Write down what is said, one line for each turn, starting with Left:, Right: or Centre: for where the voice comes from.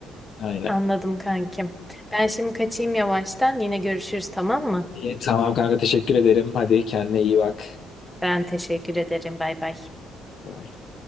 Left: Aynen.
Centre: Anladım kankim. Ben şimdi kaçayım yavaştan. Yine görüşürüz tamam mı?
Left: İyi, tamam kanka teşekkür ederim. Hadi kendine iyi bak.
Centre: Ben teşekkür ederim. Bay bay.
Left: Bye.